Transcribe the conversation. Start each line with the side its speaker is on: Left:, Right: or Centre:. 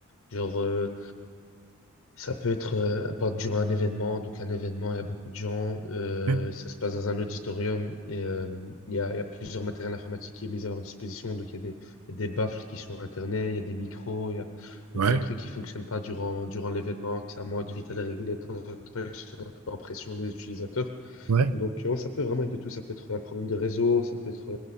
Left: Genre, euh, ça peut être euh, pas durant un événement. Donc, un événement, il y a beaucoup de gens. euh,
Right: ouais,
Left: ça se passe dans un auditorium et euh, il y a, il y a plusieurs matériels informatiques qui est mis à leur disposition. Donc, il y a des, il y a des baffles qui sont internet il y a des micros. Il y a...
Right: ouais,
Left: Donc, il y a un truc qui fonctionne pas durant, durant l'événement, que c'est à moi de vite aller régler de temps en temps. que Je suis un peu en pression des utilisateurs.
Right: ouais.
Left: Donc, euh, ouais, ça peut vraiment être de tout. Ça peut être un problème de réseau, ça peut être